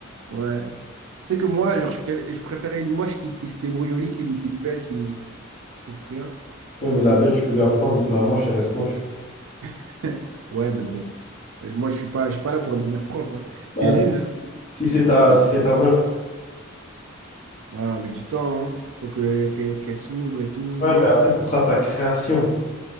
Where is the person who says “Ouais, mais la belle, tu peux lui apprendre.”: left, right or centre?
Left